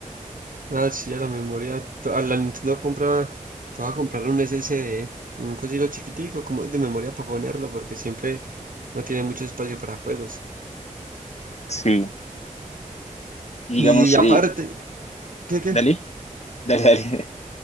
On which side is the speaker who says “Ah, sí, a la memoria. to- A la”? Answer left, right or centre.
Right